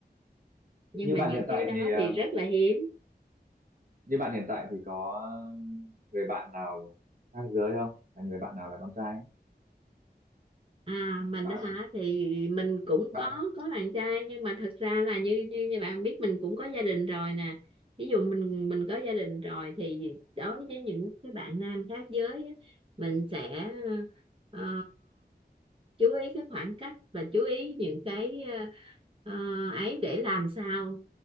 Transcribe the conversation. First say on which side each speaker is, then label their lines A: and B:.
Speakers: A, on the right (about 30°); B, on the right (about 50°).
A: nhưng
B: như
A: mà
B: bạn
A: những
B: hiện
A: cái
B: tại
A: đó
B: thì à,
A: thì rất là hiếm
B: như bạn hiện tại thì có người bạn nào là khác giới không là người bạn nào là con trai ấy?
A: À mình
B: bạn
A: á hả thì mình cũng
B: bạn
A: có có bạn trai nhưng mà thật ra là như như như bạn biết mình cũng có gia đình rồi nè. Ví dụ mình mình có gia đình rồi thì đối với những cái bạn nam khác giới á, mình sẽ ờ, chú ý cái khoảng cách và chú ý những cái ờ, ờ, ấy để làm sao